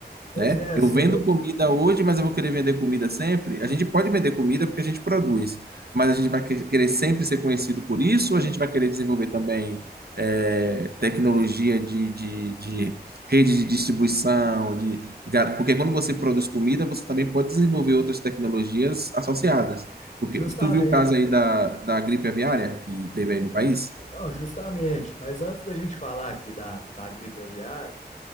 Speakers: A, on the left; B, on the right.
A: pois
B: né?
A: é, assim,
B: Eu vendo
A: é,
B: comida hoje, mas eu vou querer vender comida sempre. A gente pode vender comida porque a gente produz, mas a gente vai que- querer sempre ser conhecido por isso, ou a gente vai querer desenvolver também eh, tecnologia de, de, de rede de distribuição, de gar- porque quando você produz comida, você também pode desenvolver outras tecnologias associadas. Porque
A: justamente,
B: tu viu o caso aí da, da gripe aviária que teve aí no país?
A: não, justamente. Mas antes da gente falar aqui da, da gripe aviária,